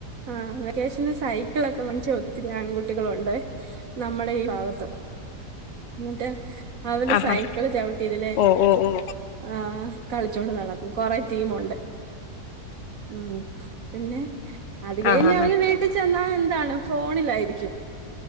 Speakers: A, on the right; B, on the left.
A: ആ വെ വേക്കേഷന് സൈക്കിളൊക്കെ വാങ്ങിച്ച് ഒത്തിരി ആൺകുട്ടികളുണ്ട് നമ്മടെ ഈ ഭാഗത്ത് എന്നിട്ട് അവര്
B: ആഹാ
A: സൈക്കിള് ചവിട്ടിതിലെ
B: ഓ ഓ ഓ
A: ആഹ് കളിച്ചോണ്ട് നടക്കും കൊറെ ടീമൊണ്ട് ഉം പിന്നെ അത് കഴിഞ്ഞ്
B: ആഹ് ആഹ്
A: അവര് വീട്ടിൽ ചെന്നാ എന്താണ് ഫോണിലായിരിക്കും